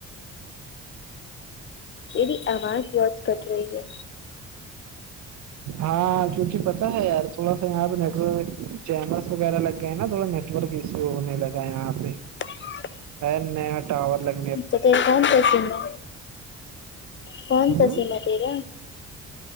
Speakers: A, on the left (about 40°); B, on the right (about 70°).
A: ا دی آواز بہت کٹ رہی ہے
B: ہاں کیونکہ پتا ہے یار تھوڑا سا یہاں پہ نٹورک چینلس وغیرہ لگ گئے ہیں نا تھوڑا نیٹ ٹرا بزی ہونے لگا ہے یہاں پی
A: <unintelligible>
B: ا نیا ٹاور لگ
A: تو تم کون سا سیم ہے کون
B: ہ
A: پسند ہے تیرا